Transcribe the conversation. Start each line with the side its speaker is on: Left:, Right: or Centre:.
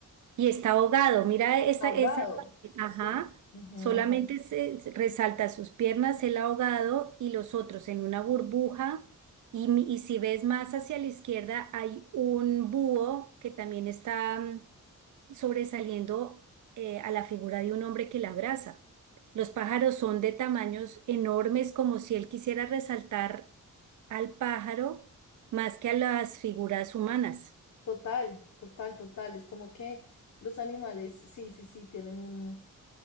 Right: Y está ahogado, mira esa,
Left: Ahogado,
Right: esa parte,
Left: sí.
Right: ajá,
Left: ujú,
Right: solamente se se resalta sus piernas, el ahogado y los otros en una burbuja. Y, mi- y si ves más hacia la izquierda, hay un búho que también está mm, sobresaliendo eh, a la figura de un hombre que la abraza. Los pájaros son de tamaños enormes, como si él quisiera resaltar al pájaro más que a las figuras humanas.
Left: Total, total, total. Es como que los animales, sí, sí, sí, tienen un...